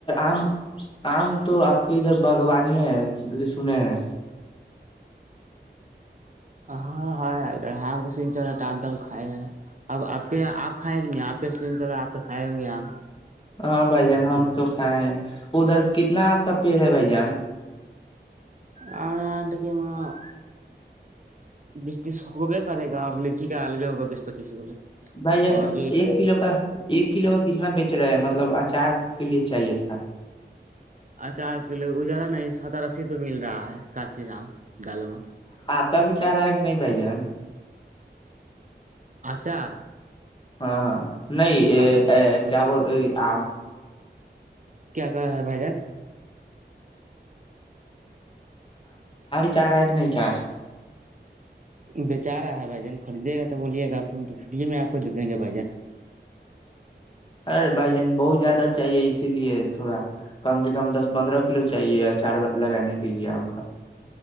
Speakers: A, on the left; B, on the right.
A: آم آم تو آپ کے ادھر بگو سنے ہے
B: ہاں ہ ادھرام کا س چل رہا ہےٹامام کھائے ہیں اب آپ کے آپ کھائے کہ نہیں آپ کے س چل رہا آپ تو کھائے ہوں گے آ
A: ہاں بھائی جان ہم تو کھائے ہیں ادھر کتنا آپ کا پیڑ ہے بھائی جان
B: اور وہاں بیس تیس ہوے کرے گا اور لیچی کا الگے ہوگا بیس پچیس گولے
A: بھائی جان
B: اور جو
A: ایک کلو کا ایک کلو کا کتنا بیچ کچ رہے مطلب اچار کے لیے چاہیے تھا
B: اچھاو ازارا نہیں سترہای روپئے مل رہا ہے کاچی جام گالمہ
A: آپ کا بھیچار ہے کہ نہیں بھائی جان
B: آچار
A: ہاں ہاں نہیں
B: ہاں مطلب
A: کیا بول آم
B: کیا کر رہا ہے بھائی جان
A: چارا ایک نہیں کیاج
B: بچا رہا ہے بھائی جان خریدے گا تو بولیے گا ہم تو فری میں آپ کو دے دیں گے بھائی جان
A: ارے بھائی جان بہت زیادہ چاہیے اسی لیے تھوڑا کم سے کم دس پندرہ کلو چاہیے چار لگانے کے لیے آم کا